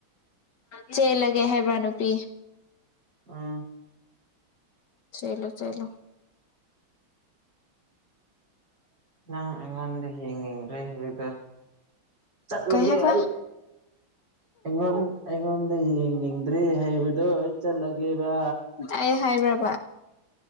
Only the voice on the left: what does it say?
ꯆꯦꯜꯂꯒꯦ ꯍꯥꯏꯕ꯭ꯔꯥ ꯅꯨꯄꯤ
ꯆꯦꯜꯂꯣ ꯆꯦꯜꯂꯣ
ꯀꯩ ꯍꯥꯏꯕ
ꯑꯩ ꯍꯥꯏꯕ꯭ꯔꯕ